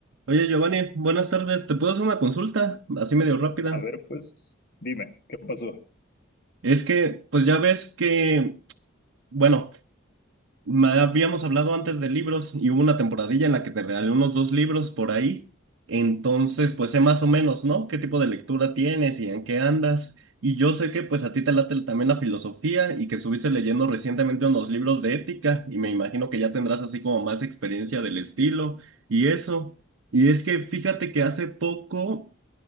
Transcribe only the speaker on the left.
A ver, pues dime, ¿qué pasó?